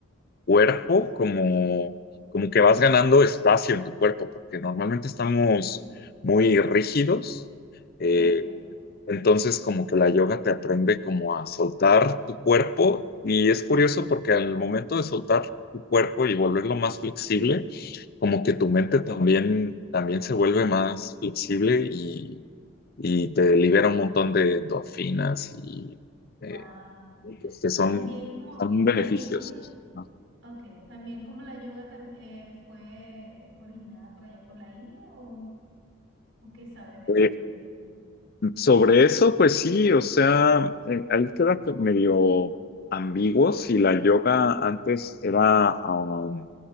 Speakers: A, on the left (about 50°); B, on the right (about 65°).
A: cuerpo, como, como que vas ganando espacio en tu cuerpo, porque normalmente estamos muy rígidos eh,
B: cierto.
A: entonces, como que la yoga te aprende como a soltar tu cuerpo y es curioso porque al momento de soltar tu cuerpo y volverlo más flexible, como que tu mente también, también se vuelve más flexible y, y te libera un montón de endorfinas y eh,
B: Wow.
A: y pues que son,
B: También como,
A: son beneficiosos.
B: también como
A: ¿no?
B: Ok, también como la yoga tam- eh, fue originada por allá por la India o, o qué sabes de,
A: Eh,
B: de...
A: sobre eso, pues sí, o sea, eh, ahí queda medio ambiguo si la yoga antes era... um,